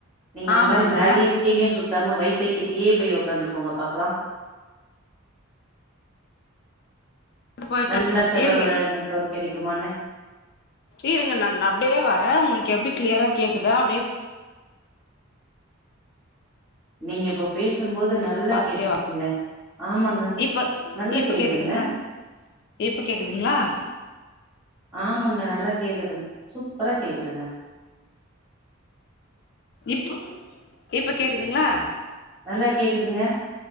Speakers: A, on the right; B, on the left.
A: நீங்க அந்த
B: ஆமாங்க
A: மாரி மேலயும் கீழயும் சுத் த்தாம வைஃபை கிட்டயே போய் உக்காந்துக்கோங்க பாக்கலா
B: <unintelligible>
A: நல்லா டவர்
B: இருங்க
A: நெட்வொர்க் கெடைக்குமான்னு
B: இருங்க நா அப்டியே வரே உங்களுக்கு எப்டி கிளியரா கேக்குதா அப்டியே
A: நீங்க இப்போ பேச் சும் போது நல்லா
B: பாத்துட்டே
A: கேட்டுச்சுங்க
B: வா
A: ஆமாங்க
B: இப்ப
A: நல்ல
B: இப்ப
A: கேக்குதுங்க
B: கேக்குதுங்களா இப்ப கேக்குதுங்களா
A: ஆமாங்க நல்லா கேக்குது சூப்பரா கேக்குதுங்க
B: இப் இப்ப கேக்குதுங்களா
A: நல்லா கேக்குதுங்க